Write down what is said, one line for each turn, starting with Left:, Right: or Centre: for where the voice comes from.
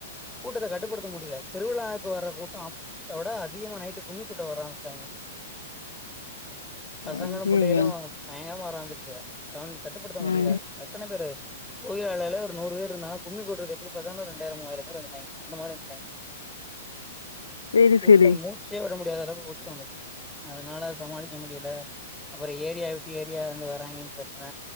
Centre: கூட்டத்த கட்டுப்படுத்த முடில திருவிழா க்கு வர்ற கூட்டோ அப்த விட அதிகமா நைட்டு கும்மி கொட்ட வர ஆரம்பிச்டாய்ங்க பசங்களு
Left: ஐய்யய்யோ
Centre: புள்ளைகளு பயங்கரமா வர ஆரம்பிச்சிருச்சுக அவுன்க கட்டுப்படுத்த முடில
Left: ம்
Centre: எத்தன பேரு கோயிலாளல ல ஒரு நூறு பேர் இருந்தனா கும்மி கூட்டத்துக்கு எப்டி பாத்தாலு ரெண்டாய்ற மூவாயிர பேர் வந்துட்டாய்ங் அந்த மாரி வந்துட்டாய்ங்
Left: செரி
Centre: ஊட்ட
Left: செரி
Centre: மூச்சே விட முடியாத அளவுக்கு உச்சோ வந்துருச்சு அதனால சமாளிக்க முடில அப்றோ ஏரியா விட்டு ஏரியா வந்து வராங்கன்னு பிரச்சன